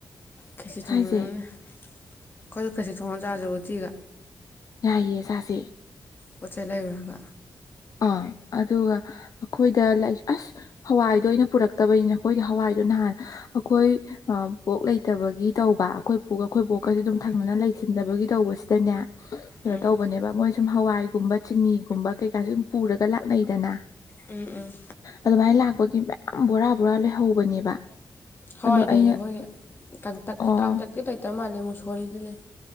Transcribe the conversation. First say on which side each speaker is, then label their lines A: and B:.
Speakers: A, on the left; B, on the left.
A: ꯈꯦꯆꯤ ꯊꯣꯡꯅꯔꯝꯅꯦ
B: ꯁ꯭ꯥꯏꯁꯦ
A: ꯑꯩꯈꯣꯏꯁꯨ ꯈꯦꯁꯤ ꯊꯣꯡꯉ ꯆꯥꯖꯔꯕꯗꯤꯒ
B: ꯌꯥꯏꯌꯦ ꯁꯦ
A: ꯄꯣꯠ ꯆꯩꯩ ꯂꯩꯔꯨꯔꯒ
B: ꯑꯥ ꯑꯗꯨꯒ ꯑꯩꯈꯣꯏꯗ ꯑꯁ ꯍꯋꯥꯏ ꯑꯗꯨꯗ ꯑꯩꯅ ꯄꯨꯔꯛꯇꯕꯅꯤꯅ ꯑꯩꯈꯣꯏꯗꯤ ꯍꯋꯥꯏꯗꯣ ꯅꯍꯥꯟ ꯑꯩꯈꯣꯏ ꯄꯣꯛ ꯂꯩꯇꯕꯒꯤ ꯇꯧꯕ ꯑꯩꯈꯣꯏ ꯄꯨꯒ ꯑꯩꯈꯣꯏ ꯕꯣꯛꯀꯁ ꯑꯗꯨꯝ ꯊꯪꯅꯅ ꯂꯩꯁꯤꯟꯗꯕꯒꯤ ꯇꯧꯕꯁꯤꯗꯅꯦ ꯀꯩꯅꯣ
A: ꯎꯝ
B: ꯇꯧꯕꯅꯦꯕ ꯃꯣꯏ ꯁꯨꯝ ꯍꯋꯥꯏꯒꯨꯝꯕ ꯆꯤꯅꯤꯒꯨꯝꯕ ꯀꯩꯀꯥꯁꯨ ꯁꯨꯝ ꯄꯨꯔꯒ ꯂꯥꯛꯅꯩꯗꯅ
A: ꯎꯝ ꯎꯝ
B: ꯑꯗꯨꯃꯥꯏꯅ ꯂꯥꯛꯄꯒꯤ ꯃꯌꯥꯝ ꯕꯣꯔꯥ ꯕꯣꯔꯥ ꯂꯩꯍꯧꯕꯅꯦꯕ
A: ꯍꯋꯥꯏ
B: ꯑꯗꯣ
A: ꯂꯩꯩ
B: ꯑꯩꯅ
A: ꯑꯩꯈꯣꯏꯒꯤ ꯀꯥꯡꯇꯛ
B: ꯑꯣ
A: ꯀꯥꯡꯇꯛꯇꯤ ꯂꯩꯇꯕ ꯃꯥꯜꯂꯦ ꯃꯨꯁꯣꯔꯤꯗꯤ ꯂꯩ